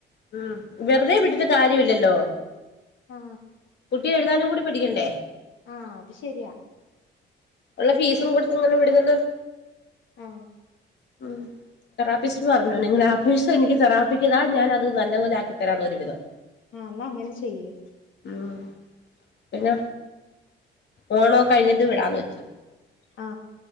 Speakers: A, on the left; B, on the left.
A: ഉം വെറുതെ വിട്ടിട്ട് കാര്യല്ലല്ലോ
B: ആ
A: കുട്ടി എഴുതാനും കൂടി പഠിക്കണ്ടേ
B: ആ അത് ശെരിയാ
A: ഉള്ള ഫീസും കൊടുത്ത് ഇങ്ങനെ വിടുന്ന
B: ആ
A: ഉം തെറാപ്പിസ്റ്റ് പറഞ്ഞു നിങ്ങൾ ആ ഫീസ് എനിക്ക് തെറാപ്പിക്ക് താ ഞാനത് നല്ലപോലെ ആക്കിത്തരാന്ന് ഒരു വിധം
B: ആ എന്നാ അങ്ങനെ ചെയ്യ്
A: ഉം പിന്നെ ഓണക്കൊ കഴിഞ്ഞിട്ട് വിടാന്ന് വെച്ചു
B: ആ